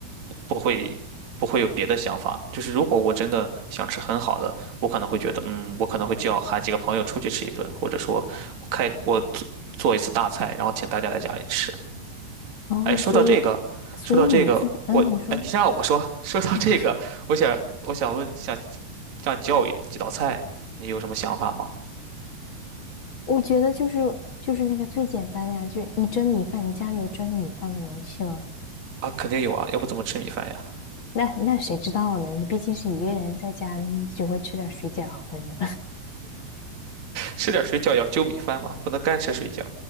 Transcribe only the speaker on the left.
哦，
所以所以你自己，
嗯，
你说。
啊
我觉得就是就是那个最简单的呀，就你蒸米饭，你家里有蒸米饭的容器吗？
那那谁知道呢？你毕竟是一个人在家，你只会吃点水饺的人，